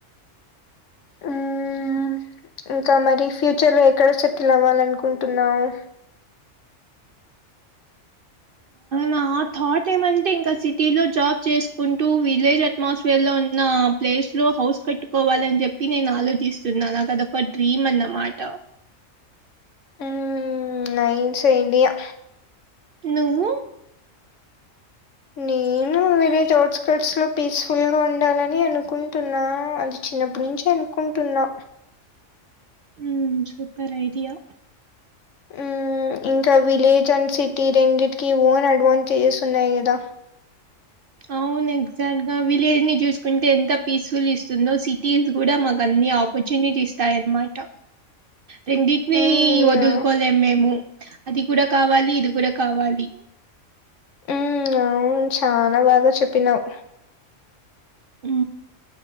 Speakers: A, on the left; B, on the right.
A: ఉమ్మ్ ఇంకా మరి ఫ్యూచర్లో ఎక్కడ సెటిల్ అవ్వాలనుకుంటున్నావు
B: నా ఆ థాట్ ఏమంటే ఇంకా సిటీలో జాబ్ చేస్కుంటూ విలేజ్ అట్మాస్పియర్ లో ఉన్నా ప్లేస్ లో హౌస్ కట్టుకోవాలని జెప్పి నేను ఆలోచిస్తున్నా నాకదొక డ్రీమ్ అన్నమాట
A: ఉమ్ నైస్ ఐడియా
B: నువ్వు
A: నేన్ ఊ విలేజ్ ఔట్స్కట్స్ లో పీస్ఫుల్ గా ఉండాలని అనుకుంటున్నా అది చిన్నప్పట్నుంచను కుంటున్నా
B: ఉమ్ సూపర్ ఐడియా
A: ఉమ్ ఇంకా విలేజ్ అండ్ సిటీ రెండిటికి ఓన్ అడ్వాంటేజెస్ ఉన్నాయి గదా
B: అవును ఎగ్జాక్ట్ గా విలేజ్ ని జూస్కుంటే ఎంత పీస్ఫుల్ ఇస్తుందో సిటీస్ గూడా మాకన్ని ఆపర్చునిటీస్ టాయన్మాట రెండిట్నీ
A: మ్మ్
B: ఒదులుకోలేం
A: ఆ
B: మేము అది కూడా కావాలి ఇది కూడా కావాలి
A: ఉమ్ అవును చాలా బాగా చెప్పినావు
B: ఆ